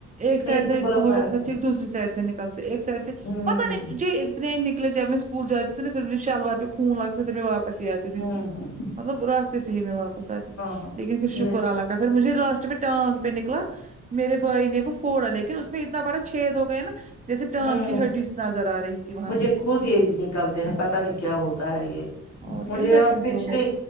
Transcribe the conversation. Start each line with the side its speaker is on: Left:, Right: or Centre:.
Right: ایک سائڈ
Left: نہیں اس
Right: سے
Left: نے بولا
Right: ہو
Left: فارق
Right: جاتا تھاٹھیک
Left: ہے
Right: دوسری سائڈ سے نکلتے ایک سائڈ سے
Left: ہوں
Right: پتا نہیں مجھے اتنے نکلے جب میں اسکول جاتی شلوار پے خون لگتا تھا پھر میں واپس ہی آ گیا
Left: ہوں ہوں
Right: مطلب راستے سے ہی میں واپس آتے تھی
Left: ہاں
Right: لیکن پھر شکر اللہ کا پھر مجھے لاسٹ میں ٹانگ پہ نکلا میرے بھائی نے وہ پوڑا لیکن اس میں اتنا بڑا چھید ہو گئے نا جیسے ٹانگ
Left: ہوں
Right: کی ہڈی نظر آ رہی تھی وہاں
Left: مجھے
Right: سے
Left: خود یہ نکالتے ہیں پتا نہیں کیا ہوتا ہے یہ
Right: اور
Left: مجھے
Right: انفیکشن
Left: اب پچھلیے
Right: سے ہو گیا